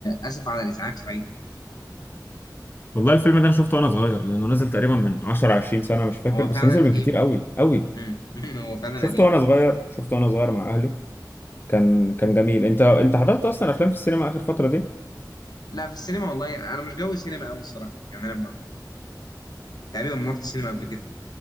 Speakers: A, on the left; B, on the left.
A: اسف على الازعاج صحيح
B: والله الفيلم ده انا شفته وانا صغير لانه نزل تقريبا من 10 20 سنه مش فاكر
A: هو
B: بس
A: فعلا
B: نزل
A: قديم
B: من كتير قوي قوي
A: مم. <laughs> هو فعلا
B: شفته
A: قديم
B: وانا صغير شفته وانا صغير مع اهلي كان كان جميل انت انت حضرت اصلا افلام في السينما اخر فتره دي
A: لا في السينما والله انا مش جو السينما قوي الصراحه يعني انا ما تقريبا ما رحت السينما قبل كده